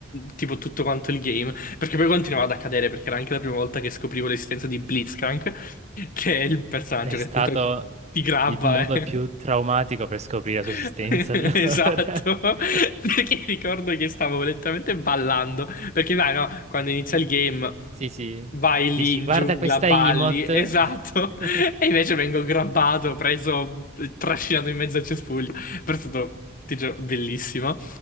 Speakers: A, on the left (about 40°); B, on the right (about 30°).
A: tipo tutto quanto il game. Perché poi continuava ad accadere, perché era anche la prima volta che scoprivo l'esistenza di Blitzcrank, che è il personaggio
B: È stato
A: che appunto ti grabba.
B: il modo
A: eh.
B: più traumatico per scoprire
A: <laughs>
B: la sua esistenza, allora.
A: Esatto, <laughs>
B: <laughs>
A: perché ricordo che stavo letteralmente ballando, perché vai no, quando inizia il game
B: Sì, sì.
A: vai
B: Dici,
A: lì in
B: guarda
A: giungla,
B: questa
A: balli,
B: emote.
A: esatto,
B: <laughs>
A: <laughs> e invece vengo grabbato, preso, trascinato in mezzo al cespuglio, però è stato, ti giuro, bellissimo.